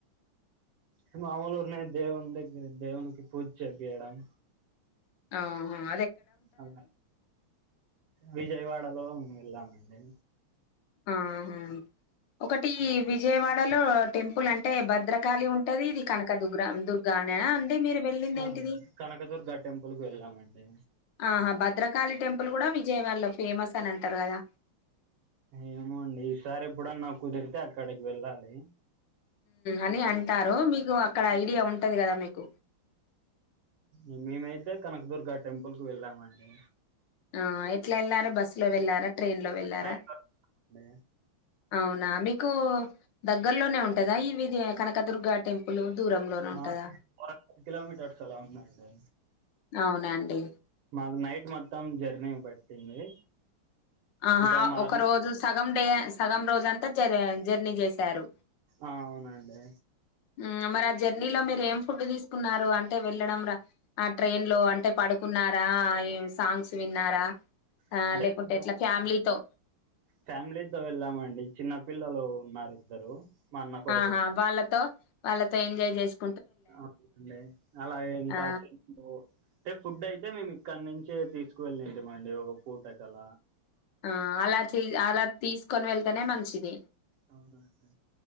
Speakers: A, on the right; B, on the left.
A: ఆ మామలురునే దేవుని దగ్గర దేవునికి పూజ చేపియడం
B: ఆహ
A: అ విజయవాడలో ము వెళ్ళామండి
B: ఆహా ఒకటి విజయవాడలో టెంపుల్ అంటే భద్రకాళి ఉంటది ఇది కనక దగ్రా దుర్గానే అంటే మీరు వెళ్ళింది
A: ఆ
B: ఏంటిది
A: కనకదుర్గ టెంపుల్కి వెళ్ళామండి
B: ఆహా భద్రకాళి టెంపుల్ కూడా విజయవాడలో ఫేమస్ అని అంటారు కదా
A: ఏమోండి ఈసారి ఎప్పుడన్నా కుదిరితే అక్కడికి వెళ్ళాలి
B: అని అంటారు మీకు అక్కడ ఐడియా ఉంటది కదా మీకు
A: ఆ మేమైతే కనకదుర్గ టెంపుల్కి వెళ్ళామండి
B: ఆ ఎట్లా వెళ్లారా బస్సు లో వెళ్ళారా ట్రైన్ లో వెళ్ళారా
A: ట్రైన్లో అండి
B: అవునా మీకు దగ్గర్లోనే ఉంటదా ఇవిది కనకదుర్గ టెంపుల్ దూరంలోనే ఉంటదా
A: మాకు ఫోర్ హండ్రెడ్ కిలోమీటర్స్ అలా ఉందండి
B: అవునండి
A: మాకు నైట్ మొత్తం జర్నీ పట్టింది
B: ఆహా
A: ఇంకా మార్నింగ్
B: ఒక రోజు సగం డే సగం రోజు అంతా జ జర్నీ చేశారు
A: ఆ అవునండి
B: ఉహు మరి జర్నీలో మీరు ఏం ఫుడ్ తీసుకున్నారు అంటే వెళ్ళడం రా ఆ ట్రైన్ లో అంటే పడుకు న్నారా ఏ సాంగ్స్ విన్నారా
A: అంటే
B: లేకుంటే ఎట్లా ఫ్యామిలీతో
A: ఫ్యామిలీతో వెళ్ళామండి చిన్న పిల్లలు ఉన్నారు ఇద్దరు మా అన్న కొడుకులు
B: ఆహా వాళ్ళతో వాళ్ళతో ఎంజాయ్ చేసుకు
A: అవుండి అలాగే ఇంకా
B: ఆ
A: చె అంటే ఫుడ్ అయితే మేము ఇక్కడి నుం చే తీసుకువెళ్ళి ఏంటిమండి ఒక పూట కల
B: ఆ అలా తీ అలా తీసుకొని వెళ్తేనే మంచిది
A: అవునండి